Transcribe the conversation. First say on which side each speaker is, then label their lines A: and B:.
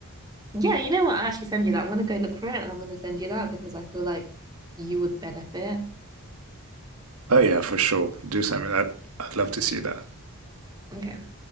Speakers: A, on the right (about 15°); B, on the right (about 75°).
A: Yeah, you know what? I'll actually send you that. I'm gonna go look for it and I'm gonna send you that because I feel like you would benefit.
B: Oh yeah, for sure. Do something that I'd love to see that.
A: Okay.